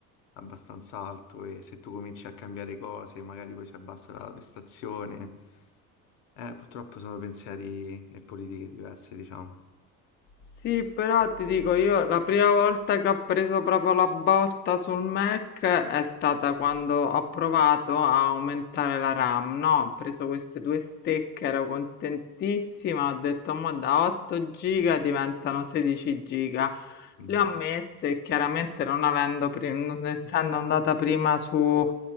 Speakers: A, on the left (about 65°); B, on the left (about 25°).
A: abbastanza alto e se tu cominci a cambiare cose, magari poi si abbassa la prestazione. Eh, purtroppo sono pensieri e politiche diverse, diciamo.
B: Sì, però ti dico io, la prima volta che ho preso proprio la botta sul Mac è stata quando ho provato a aumentare la RAM, no? Ho preso queste due stecche, ero contentissima, ho detto, ma da 8 giga diventano 16 giga.
A: Mm.
B: Le ho messe, e chiaramente non avendo, pri- non essendo andata prima su